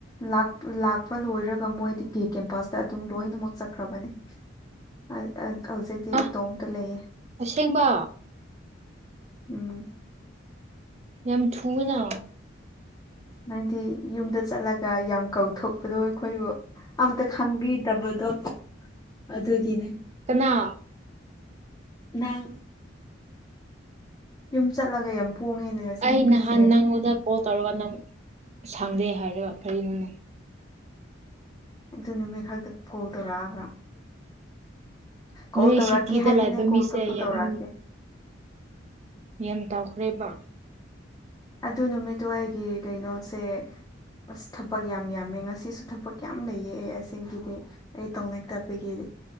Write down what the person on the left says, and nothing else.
ꯂꯥꯛ ꯂꯥꯛꯄ ꯂꯣꯏꯔꯒ ꯃꯣꯏꯗꯒꯤ ꯀꯦꯝꯄꯁꯇ ꯑꯗꯨꯝ ꯂꯣꯏꯅꯃꯛ ꯆꯠꯈ꯭ꯔꯥꯕꯅꯦ ꯑꯥ ꯑꯥ ꯍꯧꯖꯤꯛꯇꯤ
ꯏꯇꯣꯝꯇ ꯂꯩꯌꯦ꯫
ꯎꯝ꯫
ꯅꯪꯗꯤ ꯌꯨꯝꯗ ꯆꯠꯂꯒ ꯌꯥꯝ ꯀꯧꯊꯣꯛꯄꯗꯣ ꯑꯩꯈꯣꯏꯕꯨ ꯑꯝꯇ ꯈꯪꯕꯤꯗꯕꯗꯣ ꯑꯗꯨꯒꯤꯅꯦ
ꯅꯪ ꯌꯨꯝ ꯆꯠꯂꯒ ꯌꯥꯝ ꯄꯣꯡꯉꯦꯅꯦ ꯉꯁꯤ
ꯅꯨꯄꯤꯁꯦ
ꯑꯗꯨ ꯅꯨꯃꯤꯠ ꯈꯛꯇ ꯀꯣꯜ ꯇꯧꯔꯛꯑꯒ ꯀꯣꯜ
ꯇꯧꯔꯛꯀꯦ
ꯍꯥꯏꯕꯅꯦ
ꯀꯣꯜꯗꯨꯁꯨ
ꯇꯧꯔꯛꯇꯦ
ꯑꯗꯨ ꯅꯨꯃꯤꯠꯇꯣ ꯑꯩꯒꯤ ꯀꯩꯅꯣꯁꯦ ꯑꯁ ꯊꯕꯛ ꯌꯥꯝ ꯌꯥꯝꯃꯦ ꯉꯁꯤꯁꯨ ꯊꯕꯛ ꯌꯥꯝ ꯂꯩꯌꯦ ꯑꯩ ꯑꯁꯦꯡꯒꯤꯗꯤ ꯑꯩ ꯇꯧꯅꯤꯡꯇꯕꯒꯤꯗꯤ